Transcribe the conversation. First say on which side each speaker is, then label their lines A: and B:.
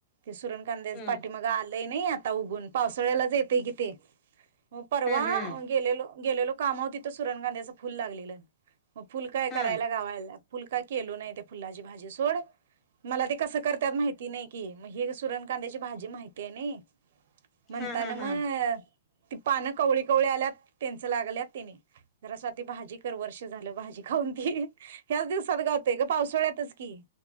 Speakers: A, on the right (about 60°); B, on the left (about 20°).
A: ते सुरण कांद्या
B: हम्म
A: पाठी मगा आल ते नाही आता उगू न पावसाळ्याला <unintelligible> ते परवा
B: हम्म हम्म
A: गेलोलो गेलेलो कामाव तिथं सुरण कांद्याचं फुल लागलेलं. मग फुल काय करायला
B: हा
A: लावायला फुलका, केलो नाही ते फुलाची भाजी सोड मला ते कसं करत्यात माहिती नाही. के म्हणजे ही सुरण कांद्याची भाजी माहिती आहे नई. <unintelligible>
B: हा
A: <unintelligible>
B: हा हा हा
A: ती पानं कवळी कवळी आल्यात त्यांच लागल्यात तिने जरा स्वाती भाजी कर वर्ष झालं भाजी खाऊन ती ह्याच दिवसात गावतेय ग पावसाळ्यातच की